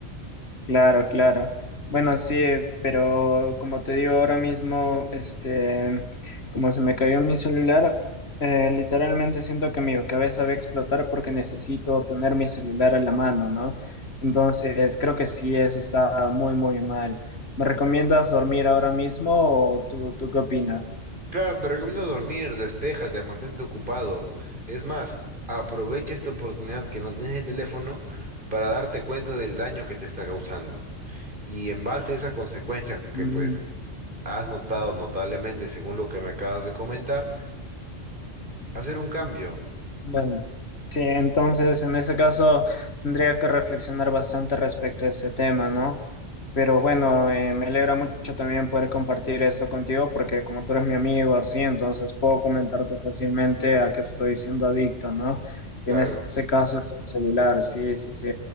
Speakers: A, on the left; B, on the right.
A: Claro, claro. Bueno, sí, pero como te digo ahora mismo, este, como se me cayó mi celular, eh, literalmente siento que mi cabeza va a explotar porque necesito tener mi celular a la mano, ¿no? Entonces, creo que sí, eso está muy, muy mal. ¿Me recomiendas dormir ahora mismo o tú, tú qué opinas?
B: Claro, te recomiendo dormir, despéjate, mantente ocupado. Es más, aprovecha esta oportunidad que no tienes el teléfono para darte cuenta del daño que te está causando. Y en base a esa consecuencia que
A: Mm,
B: pues has notado notablemente según lo que me acabas de comentar, hacer un cambio.
A: bueno, sí, entonces en ese caso tendría que reflexionar bastante respecto a ese tema, ¿no? Pero bueno, eh, me alegra mucho también poder compartir esto contigo porque como tú eres mi amigo así, entonces puedo comentarte fácilmente a qué estoy siendo adicto, ¿no?
B: Claro.
A: Y en este caso es el celular, sí, sí, sí.